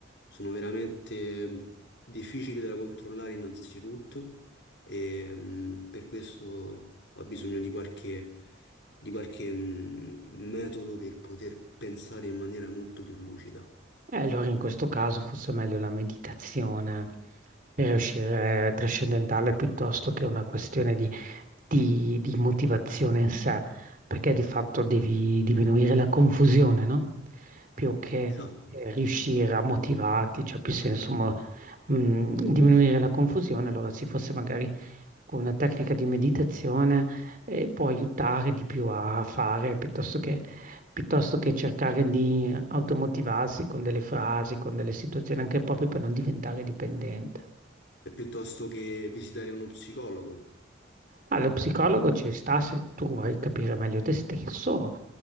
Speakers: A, on the left; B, on the right.
A: sono veramente ehm, difficili da controllare innanzitutto e mh, per questo ho bisogno di qualche, di qualche mh, metodo per poter pensare in maniera molto più lucida.
B: E allora in questo caso forse è meglio la meditazione per uscire trascendentale piuttosto che una questione di, di- di motivazione in sé, perché di fatto devi diminuire la confusione, no? Più che
A: Esatto.
B: eh, riuscire a motivarti, cioè più senso mh, diminuire la confusione, allora si fosse magari con una tecnica di meditazione eh, può aiutare di più a fare piuttosto che, piuttosto che cercare di automotivarsi con delle frasi, con delle situazioni, anche proprio per non diventare dipendente.
A: E piuttosto che visitare uno psicologo.
B: Ma lo psicologo ci sta se tu vuoi capire meglio te stesso,